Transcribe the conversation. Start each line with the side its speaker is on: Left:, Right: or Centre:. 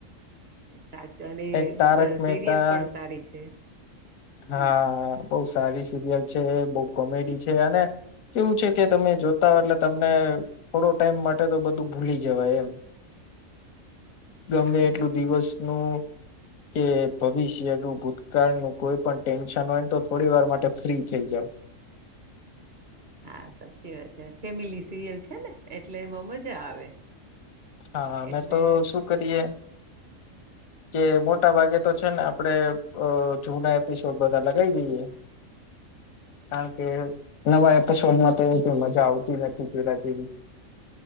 Right: સાચો અને
Left: એક તારક મહેતા
Right: સિરિયલ પણ સારી છે.
Left: હા.
Right: હમ
Left: <inaudible> સારી સિરિયલ છે બહુ કોમેડી છે અને કેવું છે કે તમે જોતા હો એટલે તમને થોડો ટાઈમ માટે તો બધું ભૂલી જવાય એમ ગમે
Right: અને
Left: એટલું દિવસ નું કે ભવિષ્યનું ભૂતકાળનું કોઈ પણ ટેન્શન હોય ને તો થોડી વાર માટે ફ્રી થઈ જાવ.
Right: હા સાચી વાત છે ફેમિલી સિરિયલ છે ને એટલે એમાં મજા આવે.
Left: હા, અમે
Right: એટલે
Left: તો શું કરીએ કે મોટા ભાગે તો છેને, આપડે જૂના એપિસોડ બધા લગાવી દઈએ કારણ કે નવા એપિસોડમા, તો એવી મજા આવતી નથી પેલા જેવી.